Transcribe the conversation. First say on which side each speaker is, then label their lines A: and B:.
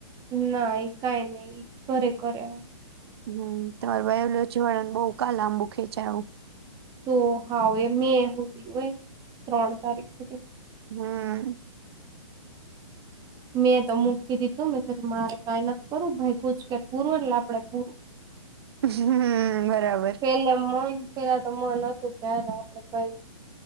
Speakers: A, on the right; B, on the right.
A: ના એ કઈ નહી, ઘરે કરે કરે.
B: હમ તમાર બાયોલોજી વાળાને બહ ક લાંબુ ખેંચાયું.
A: તો હાવ એ મે હુધી હોય ત્રણ તારીખ હુધી.
B: હમ.
A: મેં તો મૂકી દીધું મે કધું મારે કઈ નથી કરવું ભાઈ ગુચકેટ પૂરું એટલે આપડે પૂરું.
B: હમ બરાબર.
A: પેલે મન પેલા તો મન હતું ત્યા ને આપડે કઈ.